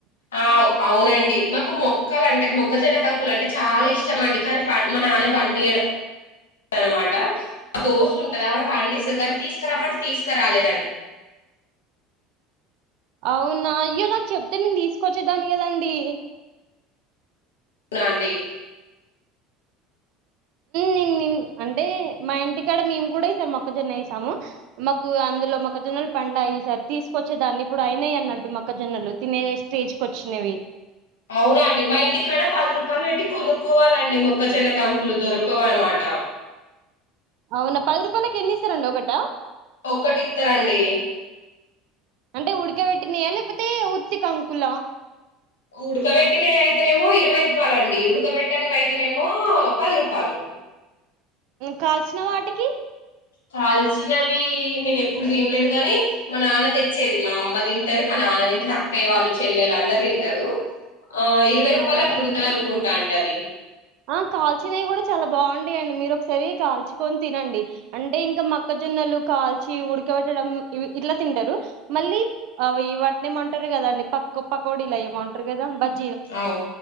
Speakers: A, on the left; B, on the right.
A: ఆ అవునండి మాకు మొ ముక్కలు అంటే మొక్కజన కంకులు అంటే చాలా ఇష్టమండి కానీ మా నాన్న పండి అనమాట దోస్తు ఉంటది ఆమె పండిస్తుంది కానీ తీసుకురామంటే తీసుకురాలేదండి
B: అవునా అయ్యో నాకు చెప్తే నేను తీసుకొచ్చేదాన్ని కదండి
A: నాండడి
B: ని అంటే మా ఇంటికాడ మేము కూడాసారు మొక్కజొన్న వేసాము మాకు అందులో మొక్కజొన్నలు పండు అ్య సార్ తీసుకొచ్చేదాన్ని ఇప్పుడు అయినాయి అన్నట్టు మొక్కజొన్నలు తినే స్టేజ్కి వచ్చినవి
A: అవునండి మా ఇంటికాడ పది రూపాయలు పెట్టి కొనుక్కోవాలండి మొక్కజొన్నకు అంకులు దొరకోవాలన్నమాట
B: అవునా పది రూపాయలకి ఎన్ని ఇస్తారండి ఒకటా
A: ఒక్కటిస్తరండి
B: అంటే ఉడకబెట్టినాయా లేకపోతే ఉత్తి కంకుల
A: ఉడకబెట్టి అయితేనేమో ఇరవై రూపాయలు అండి ఉడకబెట్టనివి అయితేనేమో పది రూపాయలు
B: కాల్చినవా వాటికి
A: కాల్చినవి నేను ఎప్పుడు తినలేదు గాని మా నాన్న తెచ్చేది మా అమ్మ తింటాది మా నాన్న తింటాది అక్కయ్య వాళ్ళు చెల్లెళ్ళు అందరు తింటారు ఆ ఇరవై రూపాయలు
B: అవునా
A: అట్లు ఉంటంది అనుకుంటా అండి అది
B: ఆ కాల్చినవి కూడా చాలా బాగుండయం అండి మీరు ఒకసారి కాల్చుకొని తినండి అంటే ఇంకా మొక్కజొన్నలు కాల్చి ఉడకబెట్టడం ఇవి ఇట్లా తింటారు మళ్ళీ అ ఇ వాటినే ఏమంటారు కదా అండి పక్క పకోడు ఇలా ఏమంటారు కదా బజ
A: అవు